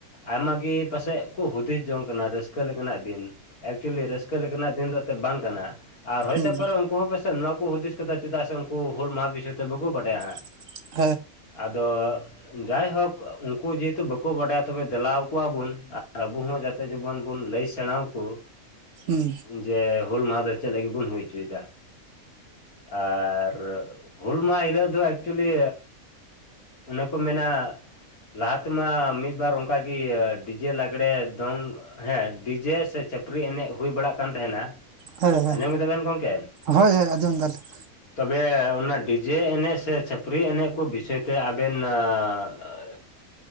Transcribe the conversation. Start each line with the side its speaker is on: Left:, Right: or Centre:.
Left: ᱟᱭᱢᱟ ᱜᱮ ᱯᱟᱥᱮᱫ ᱠᱳ ᱦᱩᱫᱤᱥ ᱡᱚᱝ ᱠᱟᱱᱟ ᱨᱟᱹᱥᱠᱟᱹ ᱞᱮᱠᱟᱱᱟᱜ ᱫᱤᱱ ᱾ ᱮᱠᱪᱩᱭᱮᱞᱤ ᱨᱟᱹᱥᱠᱟᱹ ᱞᱮᱠᱟᱱᱟᱜᱼᱼ ᱫᱤᱱ ᱫᱚ ᱮᱛᱮᱫ ᱵᱟᱝ ᱠᱟᱱᱟ ᱾ ᱟᱨ ᱦᱳᱭᱛᱮ
Right: ᱦᱩᱸ
Left: ᱯᱟᱨᱮ ᱩᱱᱠᱩ ᱦᱚᱸ ᱯᱟᱥᱮᱡ ᱱᱚᱣᱟ ᱠᱚ ᱦᱩᱫᱤᱥ ᱠᱟᱫᱟ ᱪᱮᱫᱟᱜ ᱥᱮ ᱩᱱᱠᱩ ᱦᱩᱞ ᱢᱟᱦᱟ ᱵᱤᱥᱚᱭ ᱛᱮ ᱵᱟᱠᱚ ᱵᱟᱰᱟᱭᱟ ᱦᱟᱸᱜ
Right: <inaudible>
Left: ᱾ ᱟᱫᱚᱼᱼ ᱡᱟᱭᱦᱳᱠ ᱩᱱᱠᱩ ᱡᱮᱦᱮᱛᱩ ᱵᱟᱠᱚ ᱵᱟᱰᱟᱭᱟ ᱛᱚᱵᱮ ᱫᱮᱞᱟᱣ ᱠᱚᱣᱟ ᱵᱩᱱ ᱟᱨ ᱟᱵᱚ ᱦᱚᱸ ᱡᱟᱛᱮᱼᱼ ᱡᱟᱛᱮ ᱡᱮᱢᱚᱱ ᱵᱩᱱ ᱞᱟᱹᱭ ᱥᱮᱸᱬᱟᱣ ᱠᱳ,
Right: ᱦᱩᱸ
Left: ᱡᱮ ᱦᱩᱞ ᱢᱟᱦᱟ ᱫᱚ ᱪᱮᱫ ᱞᱟᱹᱜᱤᱫ ᱵᱩᱱ ᱦᱩᱭ ᱦᱚᱪᱚᱭᱫᱟ ᱾ ᱟᱨ ᱦᱩᱞ ᱢᱟᱦᱟ ᱦᱤᱞᱳᱜ ᱫᱚ ᱮᱠᱪᱩᱭᱮᱞᱤᱼᱼ ᱚᱱᱮ ᱠᱚ ᱢᱮᱱᱟᱼᱼ ᱞᱟᱦᱟ ᱛᱮᱢᱟ ᱢᱤᱫ ᱵᱟᱨ ᱚᱱᱠᱟ ᱜᱮ ᱰᱤᱡᱮ ᱞᱟᱜᱽᱲᱮ ᱫᱚᱝᱼᱼ ᱦᱮᱸ ᱰᱤᱡᱮ ᱥᱮ ᱪᱟᱹᱯᱨᱤ ᱮᱸᱱᱮᱡ ᱦᱩᱭ ᱵᱟᱲᱟᱜ ᱠᱟᱱ ᱛᱟᱦᱮᱱᱟ
Right: ᱦᱮᱸ ᱦᱮᱸ
Left: ᱟᱸᱡᱚᱢ ᱠᱮᱫᱟ ᱵᱮᱱ ᱜᱚᱝᱠᱮ?
Right: ᱦᱳᱭ ᱦᱳᱭ ᱟᱸᱡᱚᱢ ᱫᱟᱞᱤᱧ
Left: ᱛᱚᱵᱮ ᱚᱱᱟ ᱰᱤᱡᱮ ᱮᱸᱱᱮᱡ ᱥᱮ ᱪᱷᱟᱹᱯᱨᱤ ᱮᱸᱱᱮᱡ ᱠᱚ ᱵᱤᱥᱚᱭ ᱛᱮ ᱟᱵᱮᱱ ᱟᱸᱻ ᱼᱼ